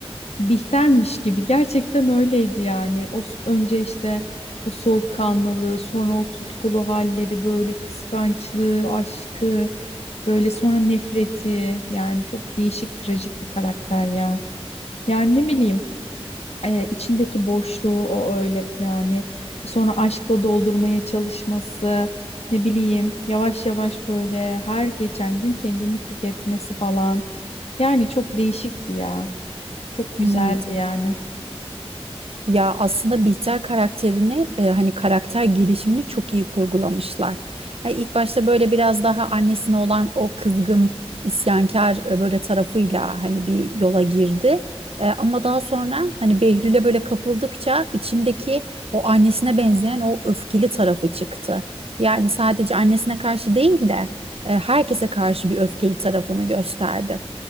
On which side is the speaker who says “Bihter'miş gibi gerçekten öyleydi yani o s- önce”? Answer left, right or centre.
Left